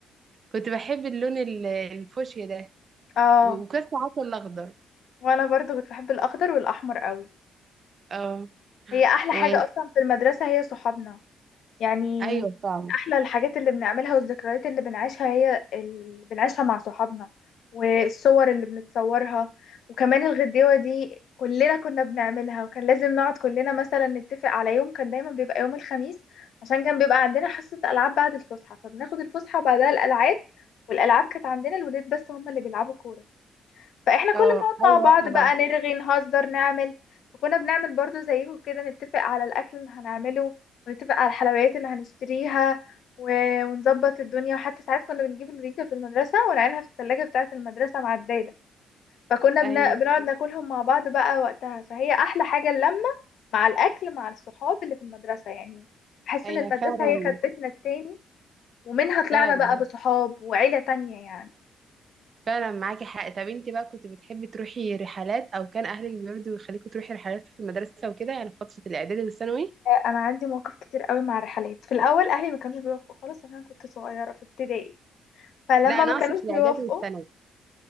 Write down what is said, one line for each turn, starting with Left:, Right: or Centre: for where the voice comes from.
Right: كنت بحب اللون ال- الفوشيا ده
Left: اه
Right: و- وكان ساعات الاخضر
Left: وانا برضو كنت بحب الاخضر والاحمر قوي
Right: اه
Left: هي احلى
Right: و...
Left: حاجه اصلا في المدرسه هي صحابنا يعني
Right: ايوه فعلا
Left: من احلى الحاجات اللي بنعملها والذكريات اللي بنعيشها هي اللي بنعيشها مع صحابنا والصور اللي بنتصورها وكمان الغديوة دي كلنا كنا بنعملها وكان لازم نقعد كلنا مثلا نتفق على يوم كان دايما بيبقى يوم الخميس عشان كان بيبقى عندنا حصة ألعاب بعد الفسحة فبناخد الفسحة وبعدها الألعاب والألعاب كانت عندنا الولاد بس هم اللي بيلعبوا كورة فاحنا
Right: اه
Left: كل ما نقعد مع
Right: ايوه واحنا
Left: بعض بقى
Right: برضه
Left: نرغي نهزر نعمل فكنا بنعمل برضو زيكم كده نتفق على الاكل اللي هنعمله ونتفق على الحلويات اللي هنشتريها و... ونظبط الدنيا وحتى ساعات كنا بنجيب الوليدة في المدرسة ونعينها في الثلاجة بتاعة المدرسة مع الدايدة فكنا بن...
Right: ايوه
Left: بنقعد ناكلهم مع بعض بقى وقتها فهي أحلى حاجة اللمة مع الأكل مع الصحاب اللي في المدرسة يعني بحس
Right: ايوه
Left: إن المدرسة
Right: فعلا
Left: هي كانت بيتنا التاني ومنها طلعنا
Right: فعلا
Left: بقى بصحاب وعيلة تانية يعني
Right: فعلا معاكي حق طب انت بقى كنت بتحبي تروحي رحلات او كان اهلك بيرضوا يخليكوا تروحي رحلات في المدرسه وكده يعني في فتره الاعدادي والثانوي
Left: انا عندي مواقف كتير قوي مع الرحلات في الاول اهلي ما كانوش بيوافقوا خالص عشان كنت صغيره في ابتدائي فلما
Right: لا انا
Left: ما
Right: اقصد
Left: كانوش
Right: في الاعدادي
Left: بيوافقوا
Right: والثانوي